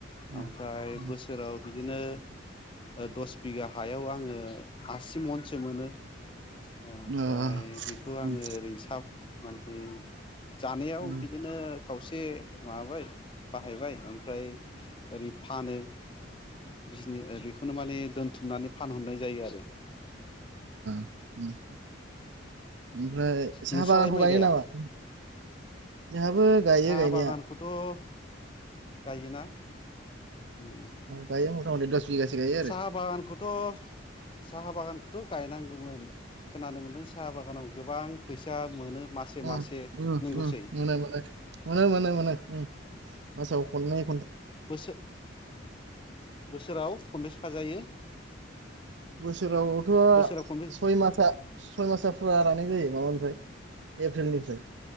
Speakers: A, on the left; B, on the right.
A: ओमफ्राय
B: ओ उम
A: बोसोराव बिद बिदिनो दस बिगा हायाव आङो आसि मनसो मोनो ओमफ्राय
B: उम ओ
A: बेखौ आङो
B: उम
A: ओरै साब <inaudible> जानायाव
B: उम
A: बिदिनो खावसे माबाबाय बा हायबाय ओमफ्राय ओरै फानो बिजिनो ओ बेखौनो माने दोनथुमनानै फानहरनाय जायो आरो
B: उम ओमफ्राय साहा
A: नोंस्रालाय
B: बागानखौ
A: माइ
B: गायो
A: गाया
B: नामा जोंहाबो गायो
A: साहा
B: गायनाया
A: बागानखौथ' गायोना ओम
B: गायो मथा मथि दस बिगासो गायो आरो
A: साहा बागानखौथ' साहा बागान खौथ' गायनांगौमोन खोनानो मोन्दों साहा बागानाव गोबां फैसा मोनो मासे
B: अ
A: मासे
B: उम
A: नंगौसै
B: उम मोनालाय मोनो मोनो मोनो उम मासाव अननै
A: बोसो बोसोराव खनबेसे खाजायो?
B: बोसोरावथ'
A: बोसोराव खनबे
B: सय मासा सय मासा फुरा लानाय जायो माबा फ्राय एप्रिलनिफ्राय।